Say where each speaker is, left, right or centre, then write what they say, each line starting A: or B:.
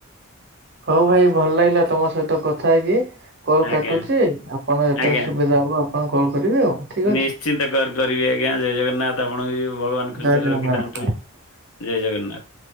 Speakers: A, on the right; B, on the left.
A: ହଉ ଭାଇ ଭଲ ଲାଗିଲା ତୋମ ସହିତ କଥା ହେଇକି। କଲ୍ କାଟୁଛି,
B: ଆଜ୍ଞା,
A: ଆପଣ ଯେତେଳେ
B: ଆଜ୍ଞା।
A: ସୁବିଧା ହବ ଆପଣ କଲ୍ କରିବେ ଆଉ। ଠିକ
B: ନିଶ୍ଚିନ୍ତ
A: ଅଛି
B: କର କରିବି ଆଜ୍ଞା ଜୟ ଜଗନ୍ନାଥ ଆପଣଙ୍କୁ ବି ଭଗବାନ ଖୁସିରେ
A: ଜୟ ଜଗନ୍ନାଥ।
B: ରଖିଥାନ୍ତୁ। ଜୟ ଜଗନ୍ନାଥ।